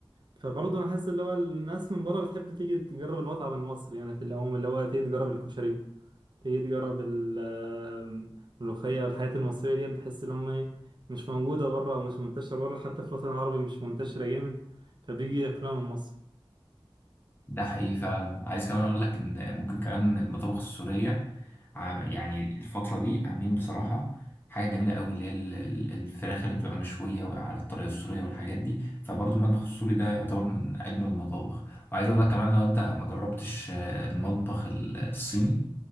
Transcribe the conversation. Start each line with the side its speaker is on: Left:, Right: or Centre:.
Right: فبرضه انا حاسس اللي هو الناس من بره بتحب تيجي تجرب المطعم المصري يعني في العموم اللي هو تيجي تجرب الكشري تيجي تجرب ال- آم، الملوخية والحياة المصرية ديت بحس إن هما إيه، مش موجودة بره أو مش منتشرة بره حتى في الوطن العربي مش منتشرة جامد فبيجي ياكلوها من مصر
Left: ده حقيقي فعلا عايز كمان اقول لك ان ممكن كمان المطابخ السورية عم- يعني الفترة دي عاملين بصراحة حاجة جميلة قوي اللي هي ال- ال- الفراخ اللي بتبقى مشوية على الطريقة السورية والحاجات دي فبرضو المطبخ السوري ده يعتبر من أجمل المطابخ وعايز أقول لك كمان لو أنت ما جربتش آه، المطبخ ال- الصيني